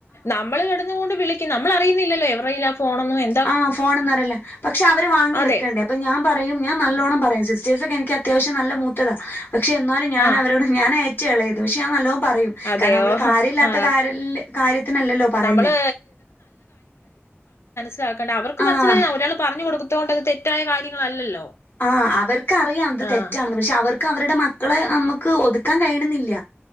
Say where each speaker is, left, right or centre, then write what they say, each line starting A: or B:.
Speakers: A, on the left; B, on the left.
A: നമ്മള് കെടന്നു കൊണ്ട് വിളിക്കും നമ്മൾ അറിയുന്നില്ലല്ലോ എവരുടെ കയ്യിലാ ഫോണൊന്നും എ
B: ആ ഫോൺന്ന് അറിയില്ല പക്ഷേ അവര് വാങ്ങി
A: അതെ
B: വെക്കേണ്ടേ? അപ്പ ഞാൻ പറയും ഞാൻ നല് ല്ലോണം പറയും, സിസ്റ്റേഴ്സ് ഒക്കെ എനിക്ക് അത്യാവശം നല്ല മൂത്തതാ പക്ഷേ എന്നാലും ഞാൻ
A: ആഹ്
B: അവരോട് ഞാനാ ഏറ്റവും എളയത്. ദേഷ്യ ആന്നല്ലോ. പറയും
A: അതെയോ
B: കാരണം നമ്മള് കാര്യം ഇല്ലാത്ത
A: ആഹ്
B: കാര്യല് കാര്യത്തിനല്ലല്ലോ പറയുന്നേ?
A: നമ്മള് സ്സിലാക്കണ്ട അവർക്ക്
B: ആഹ്
A: മനസിലായ ഒരാള് പറഞ്ഞു കൊടുത്തു കൊണ്ട് തെ തെറ്റായ കാര്യങ്ങളല്ലല്ലോ?
B: ആ അവർക്ക് അറിയാം ഇത്
A: ആഹ്
B: തെറ്റാന്ന്, പക്ഷേ അവർക്ക് അവരുടെ മക്കളെ നമുക്ക് ഒതുക്കാൻ കഴിയണന്നില്ല.